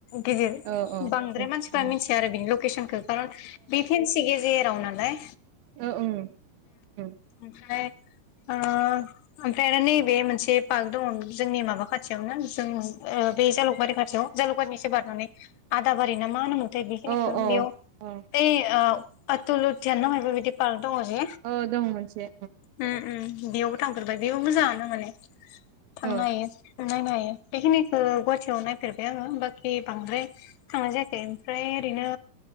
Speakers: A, on the left (about 80°); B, on the right (about 70°).
A: गिदिर
B: औ
A: बांद्राय
B: आं
A: मानसिफ्रा
B: औ
A: मिथि या आरो बिनि लकेसनखो बा बेे फेनसि गेजेराव नालाय।
B: ओ उम उम।
A: ओमफ्राय ओ ओमफ्राय आरो नैबे मोनसे पार्क दङ जोंनि माबा खाथियावनो जों ओ बे जालुकबारि खाथियाव जालुकबारिनि इसे बारनानै आदाबारि ना मा होनोमोन थाय बेखिनिखो
B: औ औ
A: बेयाव
B: औ
A: बे ओ आतुल उध्धियान ना मायबा बे बायदि पार्क दङ जे
B: औ दं मोनसे
A: उम उम बेयावबो थांफेरबाय बेयावबो मोजाङानो माने थांनो
B: ओं
A: हायो। नायनो हायो बेखिनिखौ गुवाहाटियाव नायफेरबाय आङो बाखि बांद्राय थांनाय जायाखै, ओमफ्राय ओरैनो